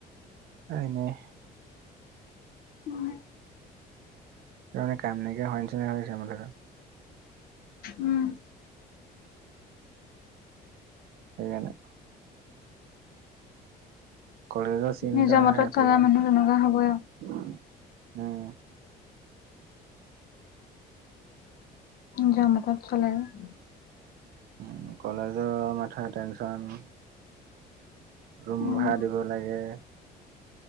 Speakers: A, on the right; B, on the left.
A: এনেই।
B: উম।
A: মানে কাম নাইকিয়া হোৱা নিচিনা হৈ গৈছে মাথাটো।
B: উম
A: সেইকাৰনে। কলেজৰ চিন্তা
B: নিজৰ মতত
A: এফালে,
B: চলা মানুহ তেনেকুৱা হ'বই আৰু
A: উম।
B: যাম এপাক <unintelligible>
A: উম কলেজৰ মাথা টেনশ্যন ৰুম
B: উম
A: ভাড়া দিব লাগে।